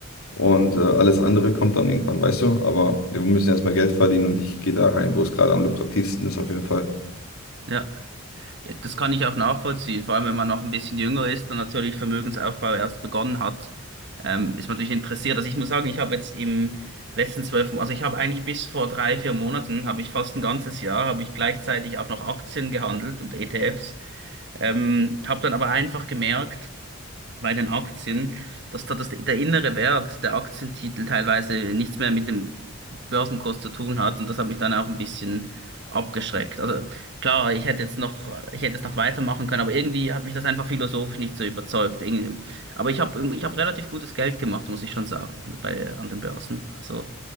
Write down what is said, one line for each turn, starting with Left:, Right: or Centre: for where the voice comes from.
Left: Und äh, alles andere kommt dann irgendwann, weißt du? Aber wir müssen erstmal Geld verdienen und ich gehe da rein, wo es gerade am lukrativsten ist, auf jeden Fall.
Right: Ja. Ja, das kann ich auch nachvollziehen, vor allem wenn man noch ein bisschen jünger ist und natürlich Vermögensaufbau erst begonnen hat, ähm, ist man natürlich interessiert. Also ich muss sagen, ich habe jetzt im letzten zwölf, Mo- also ich habe eigentlich bis vor drei, vier Monaten, habe ich fast ein ganzes Jahr, habe ich gleichzeitig auch noch Aktien gehandelt und ETFs, ähm, habe dann aber einfach gemerkt, bei den Aktien, dass da das der innere Wert der Aktientitel teilweise nichts mehr mit dem Börsenkurs zu tun hat und das hat mich dann auch ein bisschen abgeschreckt. Also klar, ich hätte jetzt noch, ich hätte jetzt noch weitermachen können, aber irgendwie hat mich das einfach philosophisch nicht so überzeugt. Irgendwie. Aber ich habe, ich habe relativ gutes Geld gemacht, muss ich schon sagen, mit bei anderen Börsen. Also